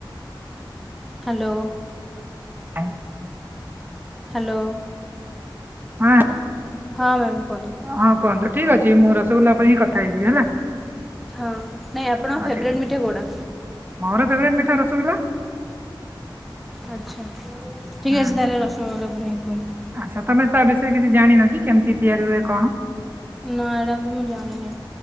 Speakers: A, in the centre; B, on the right.
A: hello.
B: ହଁ।
A: ହ୍ୟାଲୋ।
B: ହଁ
A: ହଁ ମ୍ୟାମ୍ କୁହନ୍ତୁ।
B: ହଁ କୁହନ୍ତୁ ଠିକ ଅଛି ମୁଁ ରସଗୋଲ୍ଲା ଉପରେ ହିଁ କଥା ହେଇଯିବି ହେଲା
A: ହଁ ନାଇଁ ଆପଣଙ୍କ
B: ହଁ
A: ଫେବରେଟ୍
B: ଠିକ
A: ମିଠା କୋଉଟା?
B: ମୋର ଫେଭରାଇଟ ମିଠା ରସଗୋଲା।
A: ଆଚ୍ଛା। ଠିକ
B: ହୁଁ
A: ଅଛି ତାହେଲେ ରସଗୋଲା ଉପରେ ହିଁ କୁହନ୍ତୁ।
B: ଆଚ୍ଛା ତମେ ତା ବିଷୟରେ କିଛି ଜାଣିନକି କେମିତି ତିଆରି ହୁଏ କଣ।
A: ନା ଏଇଟା ମୁ ଜାଣିନି।